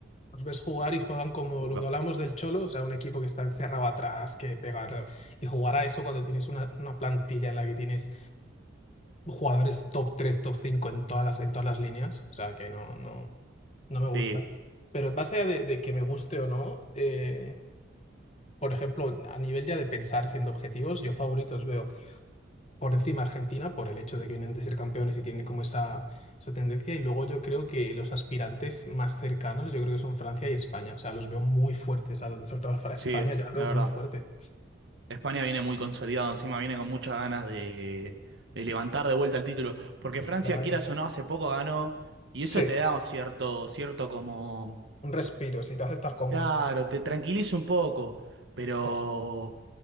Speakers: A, on the left (about 35°); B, on the right (about 65°).
A: los ves jugar y juegan como
B: Upa.
A: lo que hablamos del Cholo, o sea, un equipo que está encerrado atrás, que pegar, y jugar a eso cuando tienes una, una plantilla en la que tienes jugadores top 3 top 5 en todas las, en todas las líneas. O sea, que no, no, no me gusta.
B: Sí,
A: Pero más allá de, de que me guste o no, eh, por ejemplo, a nivel ya de pensar siendo objetivos, yo favoritos veo por encima Argentina, por el hecho de que vienen de ser campeones y tienen como esa, esa tendencia. Y luego yo creo que los aspirantes más cercanos, yo creo que son Francia y España. O sea, los veo muy fuertes. O sea, sobre todo para España,
B: sí,
A: yo la
B: la
A: veo muy
B: verdad.
A: fuerte.
B: España viene muy consolidado, encima viene con muchas ganas de, de levantar de vuelta el título. Porque Francia,
A: Claro.
B: quieras o no, hace poco ganó y
A: Sí,
B: eso te da un cierto, cierto como...
A: un respiro, si te hace estar cómodo.
B: Claro, te tranquiliza un poco, pero
A: Oh,